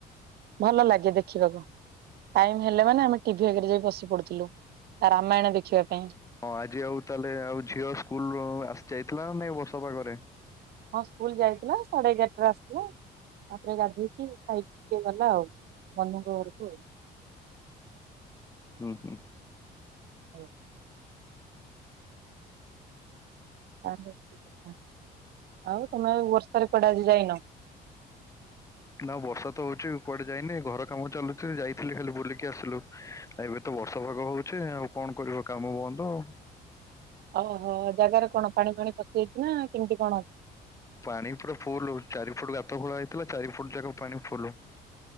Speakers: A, on the right; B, on the left.
A: ଭଲ ଲାଗେ ଦେଖିବାକୁ। ଟାଇମ ହେଲେ ମାନେ ଆମେ ଟିଭି ଆଗରେ ଯାଇ ବସି ପଡୁଥିଲୁ ରାମାୟଣ ଦେଖିବା ପାଇଁ।
B: ହଁ ଆଜି ଆଉ ତାହେଲେ ଆଉ ଝିଅ ସ୍କୁଲ ଆସି ଯାଇଥିଲା ନାଇ ବର୍ଷା ପାଗରେ।
A: ହଁ ସ୍କୁଲ ଯାଇଥିଲା ସାଢେ ଏଗାରଟାରେ ଆସିଲ ତାପରେ ଗାଧୋଇ ଖାଇକି ଟିକେ ଗଲା ଆଉ ବନ୍ଧୁଙ୍କ ଘରକୁ ଆଉ।
B: ହୁଁ-ହୁଁ।
A: <inaudible> ଆଉ ତମେ ଆଉ ବର୍ଷାରେ କୁଆଡେ ଆଜି ଯାଇନ?
B: ନା ବର୍ଷା ତ ହଉଚି କୁଆଡେ ଯାଇନି ଘର କାମ ଚାଲୁଛି ଯାଇଥିଲି ଖାଲି ବୁଲିକି ଆସିଲୁ। ଏବେ ତ ବର୍ଷା ପାଗ ହଉଛି ଆଉ କଣ କରିବ କାମ ବନ୍ଦ ଆଉ।
A: ଓହୋ ଜାଗାରେ କଣ ପାଣି ଫାଣି ପସିଯାଇଛି ନା କେମ୍ତି କଣ?
B: ପାଣି ପୁରା ଫୁଲୁ ଚାରି ଫୁଟ୍ ଗାତ ଖୋଳା ହେଇଥିଲା ଚାରି ଫୁଟ୍ ଯାକ ପାଣି ଫୁଲୁ।